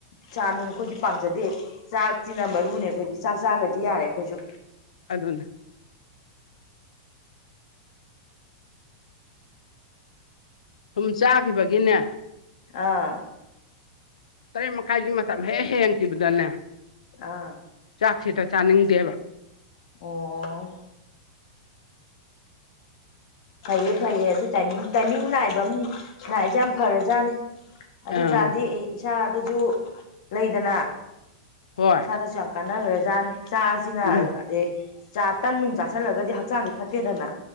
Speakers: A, on the left; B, on the left.
A: ꯆꯥ ꯅꯨꯡ ꯑꯩꯈꯣꯏꯗꯤ ꯄꯥꯝꯖꯗꯦ ꯆꯥꯛ ꯈ ꯃꯔꯨꯅꯦ ꯑꯩꯈꯣꯏꯗꯤ ꯆꯥꯛ ꯆꯥꯒꯗꯤ ꯌꯥꯔꯦ ꯑꯩꯈꯣꯏꯁꯨ
B: ꯑꯗꯨꯗꯅꯦ ꯁꯨꯝ ꯆꯥꯈꯤꯕꯒꯤꯅꯦ
A: ꯑꯥ
B: ꯇꯔꯦꯠ ꯃꯈꯥꯏꯒꯤ ꯃꯇꯝ ꯍꯦꯛ ꯍꯦꯡꯈꯤꯕꯗꯅꯦ
A: ꯑꯥ
B: ꯆꯥꯛꯁꯤꯗ ꯆꯥꯅꯤꯡꯗꯦꯕ
A: ꯑꯣ
B: <unintelligible>
A: ꯐꯩꯌꯦ ꯐꯩꯌꯦ ꯑꯗꯨꯏ ꯇꯥꯏꯃꯤꯡ ꯇꯥꯏꯃꯤꯡ ꯅꯥꯏꯕ ꯑꯃ ꯅꯥꯏꯁꯦ ꯌꯥꯝ ꯐꯔꯦꯖꯥꯠꯅꯦ ꯑꯗꯨꯏ
B: ꯑꯥ
A: ꯇꯔꯗꯤ ꯑꯦ ꯏꯁꯥ ꯑꯗꯨꯁꯨ ꯂꯩꯗꯅ
B: ꯍꯣꯏ
A: ꯆꯥꯗ ꯆꯪꯀꯥꯟꯅꯈ꯭ꯔꯦꯖꯥꯅꯤ ꯆꯥꯁꯤꯅ
B: ꯎꯝ
A: ꯆꯥ ꯇꯟ ꯅꯨꯡ ꯆꯥꯥꯁꯜꯂꯒꯗꯤ ꯍꯛꯆꯥꯡꯗꯤ ꯐꯠꯇꯦꯗꯅ